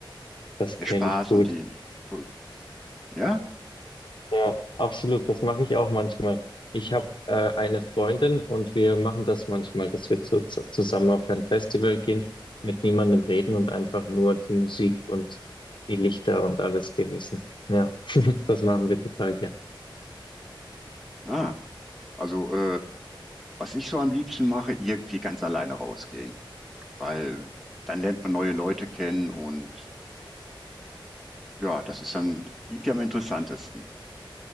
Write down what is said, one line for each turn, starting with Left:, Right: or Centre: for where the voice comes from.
Left: Das
Centre: der
Left: kenne
Centre: Spaß
Left: ich gut.
Centre: und die, so, ja,
Left: Ja, absolut. Das mache ich auch manchmal. Ich habe äh, eine Freundin und wir machen das manchmal, dass wir zu, zu, zusammen auf ein Festival gehen, mit niemandem reden und einfach nur die Musik und die Lichter und alles genießen. Ja, <laughs> das machen wir total gern.
Centre: ah, also äh, was ich so am liebsten mache, irgendwie ganz alleine rausgehen. weil dann lernt man neue Leute kennen und ja, das ist dann, liegt ja am interessantesten.